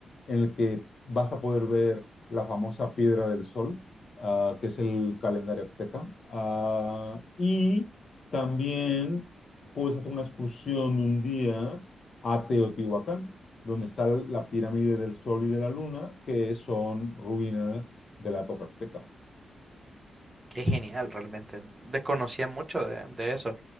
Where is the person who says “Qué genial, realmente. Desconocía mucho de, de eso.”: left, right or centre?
Right